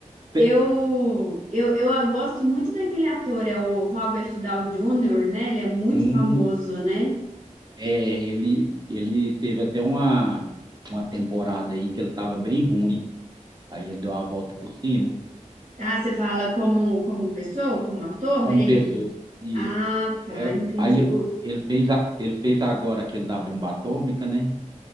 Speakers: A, on the right; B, on the right.
A: pe-
B: Eu, eu, eu gosto muito daquele ator, é o Robert Downey Jr., né? Ele é muito
A: hum,
B: famoso, né?
A: é ele, ele teve até uma, uma temporada aí que ele estava bem ruim. Aí ele deu a volta por cima.
B: Ah, você fala como, como pessoa, como ator,
A: Como
B: ele.
A: pessoa. Isso.
B: Ah, tá,
A: É,
B: entendi.
A: aí ele, ele fez a- ele fez agora aquele da bomba atômica, né?